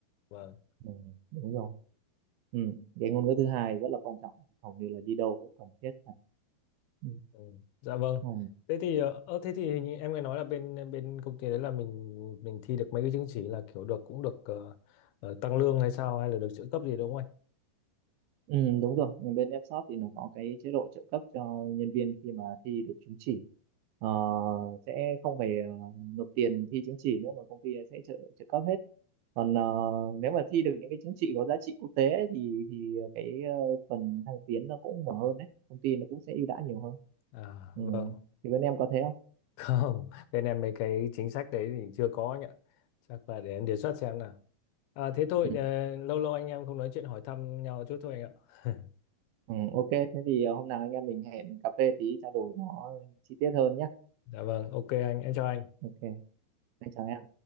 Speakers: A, on the left; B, on the right.
A: Vâng.
B: ừ, đúng rồi ừ. cái ngôn ngữ thứ hai rất là quan trọng hầu như là đi đâu cũng cần thiết cả. ừ.
A: Ừ. Dạ vâng.
B: Ừ.
A: Thế thì ờ ờ, thế thì hình như em nghe nói là bên bên công ty đấy là mình mình thi được mấy cái chứng chỉ là kiểu được cũng được ờ, ờ, tăng lương hay sao hay là được trợ cấp gì đúng không anh?
B: Ừ, đúng rồi nhưng bên Fshop thì nó có cái chế độ trợ cấp cho nhân viên khi mà thi được chứng chỉ Ờ, sẽ không phải ờ, nộp tiền thi chứng chỉ nữa mà công ty sẽ trợ trợ cấp hết còn ờ, nếu mà thi được những cái chứng chỉ có giá trị quốc tế ấy, thì thì cái ờ, phần thăng tiến nó cũng mở hơn đấy công ty nó cũng sẽ ưu đãi nhiều hơn
A: À
B: ừ.
A: vâng. <laughs>
B: thì bên em có thế không
A: Không, bên em mấy cái chính sách đấy thì chưa có anh ạ. Chắc là để em đề xuất xem nào. À thế thôi
B: Ờ.
A: ờ, lâu lâu anh em không nói chuyện hỏi thăm nhau chút thôi anh ạ. <laughs>
B: Ừ, ok, thế thì ờ, hôm nào anh em mình hẹn cà phê tí trao đổi nó chi tiết hơn nhé.
A: Dạ vâng, ok anh, em chào anh.
B: Ok, anh chào em.